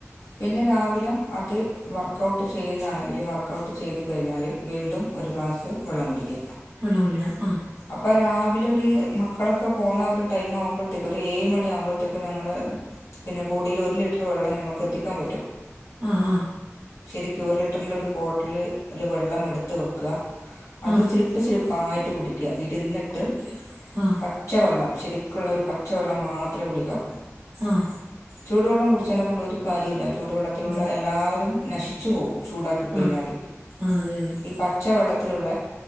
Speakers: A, on the left (about 85°); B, on the right (about 65°).
A: പിന്നെ രാവിലെ അത് വർക്കഔട്ട് ചെയ്യുന്നാണെങ്കിൽ വർക്കഔട്ട് ചെയ്ത് കഴിഞ്ഞാൽ. വീണ്ടും ഒരു ഗ്ലാസ്സ് വെള്ളം കുടിക്ക.
B: വെള്ളം കുടിക്കണം ആഹ്
A: അപ്പ രാവിലെ ഒരു മക്കളൊക്കെ പോകുന്ന ഒരു ടൈം ആകുമ്പോഴത്തേക്കും ഒരു ഏഴ് മണിയ ആകുമ്പോഴത്തേക്കും ഞങ്ങൾ. പിന്നെ ബോഡിൽ ഒരു ലിറ്റർ വെള്ളം നമുക്ക് എത്തിക്കാൻ പറ്റും.
B: ആ ആ
A: ശെരിക്ക് ഒരു ലിറ്ററിന്റെ ഒരു ബോട്ടില് വെള്ളം എടുത്ത് വെക്ക അത്
B: ആഹ്
A: ഇച്ചി <unintelligible> കുടിക്ക ഇരുന്നിട്ട്
B: കുടിക്ക
A: പ
B: ആഹ്
A: പച്ചവെള്ളം ശരിക്കുള്ള ഒരു പച്ചവെള്ളം മാത്രമേ കുടിക്കാവൂ.
B: ആഹ
A: ചൂടുവെള്ളം കുടി േച്ചനെ കൊണ്ട് ഒരു കാര്യമില്ല ചൂടുവെള്ളത്തിലുള്ള
B: ഇല്ല
A: എല്ലാവരും നശിച്ചു പോവും. ചൂടാക്കി കഴിഞ്ഞാൽ
B: ആഹ് ആഹ് അതെ അതെ
A: ഈ പ പച്ച വെള്ളത്തിലുള്ള